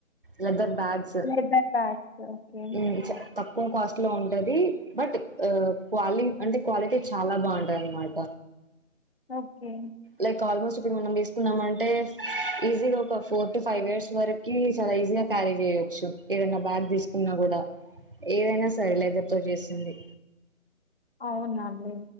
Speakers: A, on the right; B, on the left.
A: leather bags
B: leather bags okay
A: ఉ చెప్ తక్కువ కాస్ట్ లో ఉంటది బట్ ఆ క్వాలి అంటే క్వాలిటీ చాలా బాగుంటది అనమాట
B: ఓకే
A: లైక్ ఆల్మోస్ట్ ఇప్పుడు మనం తీసుకున్నామంటే ఈజీగా ఒక ఫోర్ టు ఫైవ్ ఇయర్స్ వరకి చాలా ఈజీగా క్యారీ చేయొచ్చు ఏదైనా బ్యాగ్ తీసుకున్నా కూడా ఏదైనా సరే లెదర్ తో చేసింది.
B: అవునా అండి